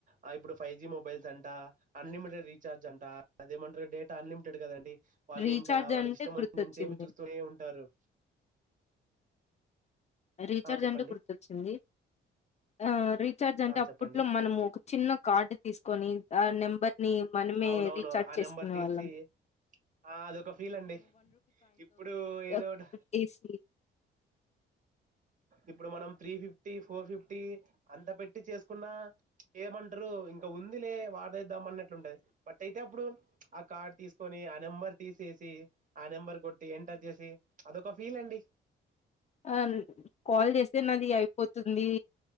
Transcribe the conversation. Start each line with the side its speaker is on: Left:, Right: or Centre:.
Right: ఆ ఇప్పుడు ఫైవ్ జి మొబైల్స్ అంటా అన్లిమిటెడ్ రీచార్జ్ అంటా అదేమంటర్రు డేటా అన్లిమిటెడ్ కదండి వాళ్ళు
Left: రీఛార్జ్
Right: ఇంకా వాళ్ళకి
Left: అంటే
Right: ఇష్టమొచ్చినంత
Left: గుర్తొచ్చింది
Right: సేపు చూస్తూనే ఉంటారు
Left: రీఛార్జ్
Right: ఆ చెప్పండి
Left: అంటే గుర్తొచ్చింది అహా రీఛార్జ్ అంటే
Right: ఆ
Left: అప్పట్లో
Right: చెప్పండి
Left: మనము ఒక చిన్న కార్డు తీసుకొని ఆ నెంబర్ని మనమే
Right: అవునవును
Left: రీఛార్జ్
Right: ఆ
Left: చేసుకునే
Right: నెంబర్ తీసి
Left: వాళ్ళం.
Right: ఆ అదొక ఫీల్ అండి ఇప్పుడు ఏదోట్
Left: ఆహ్, పెట్టేసి
Right: ఇప్పుడు మనం త్రీ ఫిఫ్టీ ఫోర్ ఫిఫ్టీ అంత పెట్ ట్టి చేసుకున్నా ఏమంటరు ఇంకా ఉంది లే వాడేద్దాం అన్నట్లుంటది. బట్ అయితే అప్పుడు ప్చ్ ఆ కార్డు తీసుకొని ఆ నెంబర్ తీసేసి ఆ నెంబర్. కొట్టి ఎంటర్ చేసి ప్చ్ అదొక ఫీల్ అండి
Left: అన్ కాల్ చేస్తే నాది అయిపోతుంది